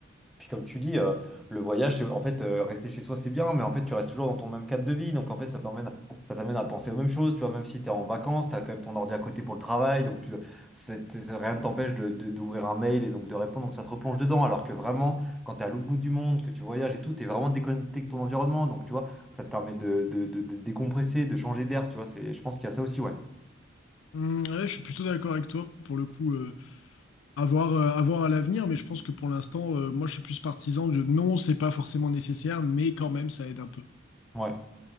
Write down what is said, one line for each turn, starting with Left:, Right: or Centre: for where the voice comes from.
Centre: puis comme tu dis, euh, le voyage, c'est- en fait, euh, rester chez soi, c'est bien, mais en fait, tu restes toujours dans ton même cadre de vie. Donc, en fait, ça t'emmène, ça t'amène à penser aux mêmes choses. Tu vois, même si tu es en vacances, tu as quand même ton ordi à côté pour le travail. Donc, tu, c'est- c'est- rien ne t'empêche de, de- d'ouvrir un mail et donc de répondre. Donc, ça te replonge dedans. Alors que vraiment, quand tu es à l'autre bout du monde, que tu voyages et tout, tu es vraiment déconnecté de ton environnement. Donc, tu vois, ça te permet de, de, de- de décompresser, de changer d'air. Tu vois, c'est, je pense qu'il y a ça aussi, ouais.
Left: Mm, ouais, je suis plutôt d'accord avec toi pour le coup. euh, À voir, euh, à voir à l'avenir, mais je pense que pour l'instant, euh, moi je suis plus partisan de non, c'est pas forcément nécessaire, mais quand même ça aide un peu.
Centre: Ouais.